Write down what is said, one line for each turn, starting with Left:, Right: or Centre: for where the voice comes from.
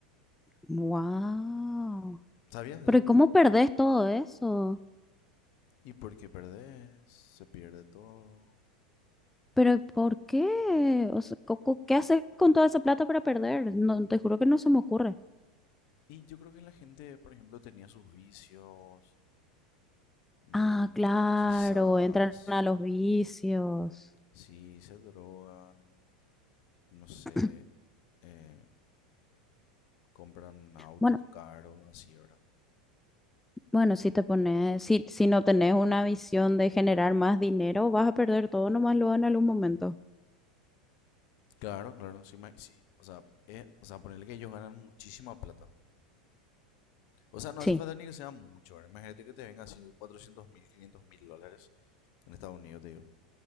Centre: Wow.
Left: ¿Sabías eso?
Centre: Pero ¿cómo perdés todo eso?
Left: Y porque perdés, se pierde todo.
Centre: ¿Pero por qué? O sea, co- co- ¿qué haces con toda esa plata para perder? No, te juro que no se me ocurre.
Left: Y yo creo que la gente, por ejemplo, tenía sus vicios, mm,
Centre: Ah, claro,
Left: quizás,
Centre: entran a los vicios.
Left: sí, se drogan, no sé,
Centre: <clears throat>
Left: eh, compran autos
Centre: Bueno,
Left: caros, así, ¿verdad?
Centre: bueno, si te pones, si, si no tenés una visión de generar más dinero, vas a perder todo nomás luego en algún momento.
Left: Claro, claro, sí, me- Sí, o sea, es, o sea, ponerle que ellos ganan muchísima plata. O sea, no
Centre: Sí,
Left: hace falta ni que sea mucho, ¿verdad? Imagínate que te venga así 400 mil, 500 mil dólares en Estados Unidos, te digo.